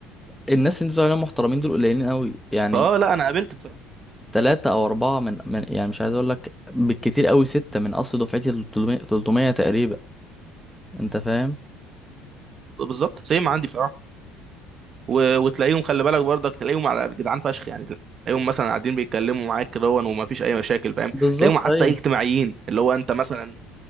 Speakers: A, in the centre; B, on the right.
A: الناس اللي انت بتقول عليهم محترمين دول قليلين قوي يعني
B: فاه لا انا قابلت بصراحه
A: ثلاثة أو أربعة من, من يعني مش عايز أقول لك بالكتير قوي ستة من أصل دفعتي 300 300 تقريبا أنت فاهم
B: بالظبط سيم عندي بصراحه و- وتلاقيهم خلي بالك برضك تلاقيهم على جدعان فشخ يعني تلاقيهم مثلا قاعدين بيتكلموا معاك كده ومفيش اي مشاكل فاهم
A: بالظبط
B: تلاقيهم حتى
A: ايوه
B: ايه اجتماعيين اللي هو انت مثلا